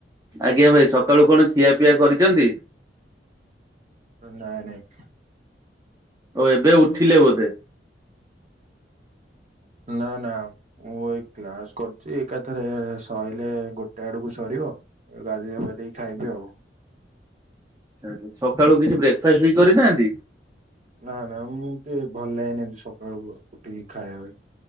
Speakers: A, on the right; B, on the right.
A: ଆଜ୍ଞା ଭାଇ ସକାଳୁ କଣ ଖିଆ ପିଆ କରିଛନ୍ତି?
B: ନାଇଁ ନାଇଁ।
A: ଓ ଏବେ ଉଠିଲେ ବୋଧେ?
B: ନା ନା ମୁଁ ଏଇ କ୍ଲାସ କରୁଛି ଏକାଥରେ ସଇଲେ ଗୋଟେ ଆଡକୁ ସରିବ ଗାଧେଇ ପାଧେଇ ଖାଇବି ଆଉ।
A: ଆଚ୍ଛା ସକାଳୁ କିଛି ବ୍ରେକଫାଷ୍ଟ ବି କରିନାହାନ୍ତି?
B: ନା ନା ମୁଁ ଟିକେ ଭଲ ଲାଗେନି ଏମିତି ସକାଳୁ ଉଠିକି ଖାଇବି